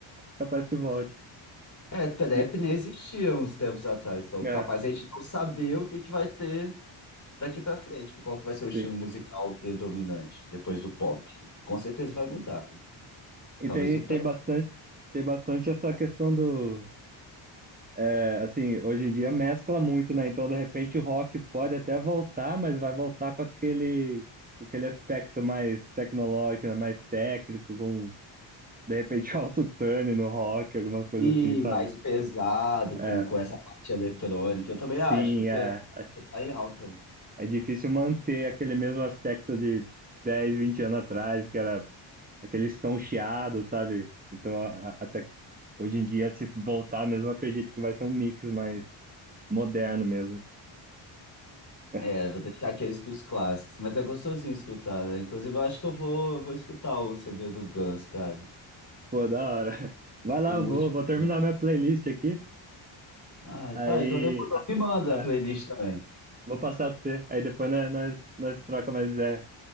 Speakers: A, on the right (about 15°); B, on the left (about 35°).
A: capaz que volte.
B: É, trap
A: E-
B: nem existia uns tempos atrás, então
A: é,
B: capaz a gente não saber o que que vai ter daqui pra frente, tipo, qual que vai ser o estilo
A: sim.
B: musical predominante depois do pop. Com certeza vai mudar.
A: E
B: Talvez
A: tem,
B: o trap.
A: tem bastante, tem bastante essa questão do. é, assim, hoje em dia mescla muito, né? Então, de repente, o rock pode até voltar, mas vai voltar com aquele, com aquele aspecto mais tecnológico, né? Mais técnico, com, de repente, <laughs> autotune no rock, algumas coisas
B: E
A: assim, sabe?
B: mais pesado,
A: É.
B: com, com essa parte eletrônica, eu também
A: Sim,
B: acho, porque
A: é, é
B: tá em alta.
A: é difícil manter aquele mesmo aspecto de 10 20 anos atrás, que era aquele som chiado, sabe? Então, a- a- até que hoje em dia, se voltar mesmo, eu acredito que vai ser um mix mais moderno mesmo. <laughs>
B: É, vou deixar aqui isso pros clássicos, mas é gostosinho escutar, né? Inclusive, eu acho que eu vou, eu vou escutar o CD do Guns, cara.
A: Pô, da hora. <laughs> Vai lá,
B: O
A: vou,
B: último.
A: vou terminar
B: dele.
A: minha playlist aqui,
B: Ah,
A: aí
B: tá, então demorou.
A: a-
B: Me manda
A: é,
B: a playlist também.
A: vou passar pra você, aí depois nós, nós, nós troca mais ideia.